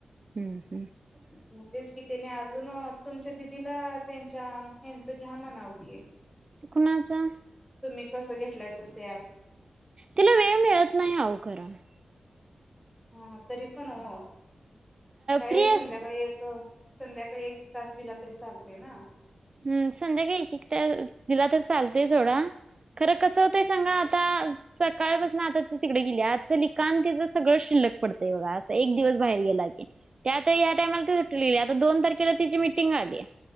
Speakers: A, on the right; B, in the centre.
A: हम्म हम्म
B: मग तेच की त्यानी अजून तुमच्या दिदीला त्यांच्या ह्यांच घ्या म्हणाव की
A: कुणाचा?
B: तुम्ही कसं घेतलंय तसं ऍप
A: तिला वेळ मिळत नाही अहो खरं
B: हा तरी पण ओ काय
A: फ्री
B: संध्याकाळी
A: अस
B: एक अ संध्याकाळी एक एक तास दिला तरी चालते ना?
A: हम्म संध्याकाळी एक एक तास दिला तर चालतय सोडा खरं कसं होतंय सांगा आता सकाळपासन आता ती तिकडं गेलया आजचं लिखाण तिचं सगळं शिल्लक पडतंय बघा असं एक दिवस बाहेर गेला की त्यात हया टाईमला ती सुट्टीला गेल्या आता दोन तारखेला तिची मिटिंग आल्या.